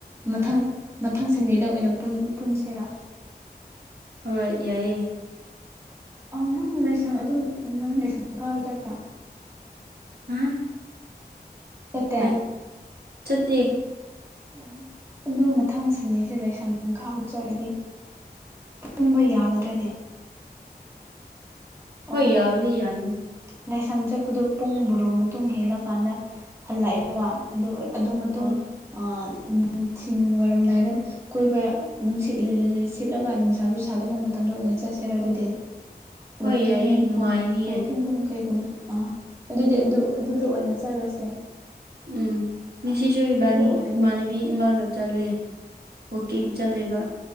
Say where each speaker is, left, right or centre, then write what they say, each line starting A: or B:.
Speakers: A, on the right; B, on the right.
A: ꯃꯊꯪ ꯃꯊꯪ ꯁꯟꯗꯦꯗ ꯑꯣꯏꯅ ꯄꯨꯟ ꯄꯨꯟꯁꯤꯔꯥ
B: ꯍꯣꯏ ꯌꯥꯏꯌꯦ
A: ꯑꯣ ꯅꯪ ꯂꯩꯁꯪ ꯑꯗꯨꯝ ꯅꯪ ꯂꯩꯁꯪ ꯀꯥꯕ ꯆꯠꯇꯔ꯭ꯥ
B: ꯍꯥ
A: ꯆꯠꯇꯦ
B: ꯃꯩ ꯆꯠꯇꯦ
A: ꯑꯣ ꯑꯗꯨ ꯃꯊꯪ ꯁꯟꯅꯦꯁꯦ ꯂꯥꯏꯁꯪ ꯀꯥꯕ ꯆꯔꯗꯤ ꯄꯨꯝꯕ ꯌꯥꯒꯗꯅꯦ ꯑꯣ
B: ꯍꯣꯏ ꯌꯥꯕꯗꯤ ꯌꯥꯅꯤ
A: ꯂꯥꯏꯁꯪ ꯆꯠꯄꯗꯨ ꯄꯨꯡ ꯕꯣꯔꯣ ꯃꯇꯨꯡ ꯍꯦꯜꯂꯀꯥꯟꯗ ꯍꯜꯂꯑꯦ ꯋꯥ ꯑꯗꯨ ꯑꯗꯨ ꯃꯇꯨꯡ
B: ꯑꯣ
A: ꯑ ꯅꯨꯡꯊꯤꯟ ꯋꯥꯏꯔꯝꯗꯥꯏꯗ ꯀꯣꯏꯕꯌ ꯅꯨꯡꯁꯤꯠ ꯂꯤꯂꯤꯔꯤ ꯁꯤꯠꯂꯒ ꯅꯨꯡꯁꯥꯖꯨ ꯁꯥꯗꯕ ꯃꯇꯝꯗ ꯑꯣꯏꯅ ꯆꯠꯁꯦꯔ ꯑꯗꯨꯗꯦ
B: ꯍꯣꯏ
A: ꯋꯥꯀꯤꯡ
B: ꯌꯥꯏꯌꯦ ꯅꯨꯡꯉꯥꯏꯅꯤꯌꯦ
A: ꯋꯥꯛ ꯋꯥꯛꯀꯤꯡꯒꯨꯝ ꯀꯩꯒꯨꯝ ꯑꯥ ꯑꯗꯨꯗꯤ ꯑꯗꯨ ꯑꯗꯨꯗ ꯑꯣꯏꯅ ꯆꯠꯔꯁꯦ
B: ꯎꯝ ꯉꯁꯤꯁꯨ ꯏꯕꯥꯅꯤ
A: ꯑꯣꯏꯔꯗꯤ
B: ꯏꯃꯥꯟꯅꯕꯤ ꯏꯃꯥꯒ ꯆꯠꯂꯦ ꯋꯀꯤꯡ
A: ꯑꯣ
B: ꯆꯠꯂꯤꯕ